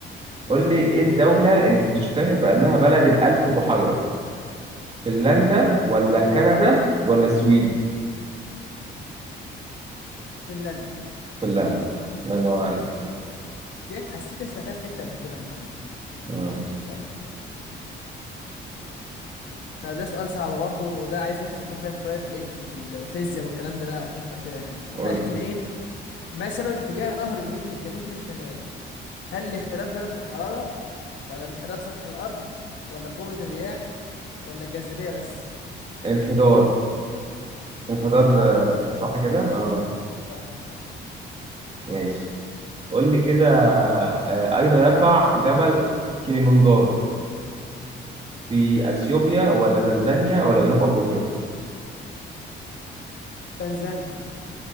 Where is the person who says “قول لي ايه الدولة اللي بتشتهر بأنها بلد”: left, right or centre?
Right